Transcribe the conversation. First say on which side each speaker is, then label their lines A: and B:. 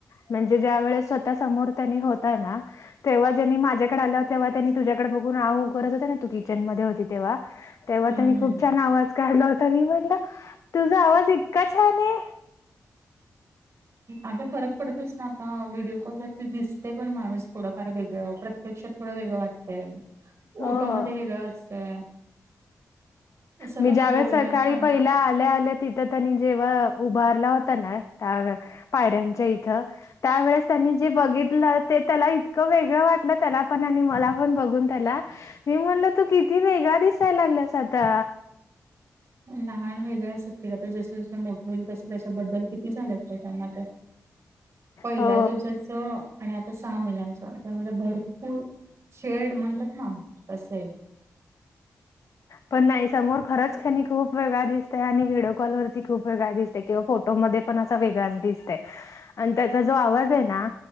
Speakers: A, on the left; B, on the right.
A: म्हणजे ज्या वेळेस स्वतः समोर त्यांनी होता ना तेव्हा ज्यांनी माझ्याकडे आलं हो तेव्हा त्यांनी तुझ्याकडे बघून आ करत होता ना तु किचन मध्ये होती तेव्हा तेव्हा
B: हम्म.
A: त्यांनी खूप छान आवाज काढला होता मी म्हणलं तुझा आवाज इतका छान आहे
B: अगं फरक पडतोच ना आता व्हिडिओ कॉलवररती दिसते पण माणूस थोडाफार वेगळं प्रत पेक्ष थोडं वेगळं वाटतंय
A: हो
B: ओटो मध्ये वेगळं असतंय असं आता
A: मी ज्यावेळेस
B: बोलण्यात
A: सकाळी
B: पण
A: पहिल्या आल्या आल्या ति थ त्यांनी जेव्हा उभारला होता ना त्या पायऱ्यांच्या इथं त्यावेेळेस त्यांनी जे बघितलं ते त्याला इतकं वेगळं वाटलं त्याला पण आणि मला पण बघून त्याला. मी म्हणल तू किती वेगळा दिसायला लागलास आता.
B: लहान वेगळ्या असत आता जस जसं मोठ होईल तस त्याच्याबद्दल किती झाल्या ना पहिल्या
A: हो
B: दिवसाच आणि आता सहा महिन्यांच त्यामध्ये भरपूर शेड म्हणतात ना तसं आहे
A: पण नाही समोर खरंच खनी खूप वेगळा दिसतय आणि व्हिडिओ कॉलवररती खूप वेगळा दिसते किंवा फोटोमध्येध्ये पण असा वेगळाच दिसते आणि त्याचा जो आवाज आहे ना.